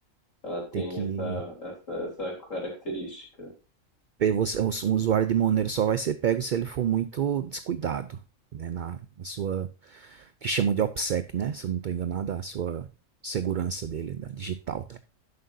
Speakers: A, on the left; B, on the right.
A: Ela tem
B: Tem que...
A: essa, essa, essa característica.
B: pe- Você, um usuário de Monero só vai ser pego se ele for muito descuidado, né? Na, na sua... Que chamam de OPSEC, né? Se eu não estou enganado, a sua segurança dele, da digital.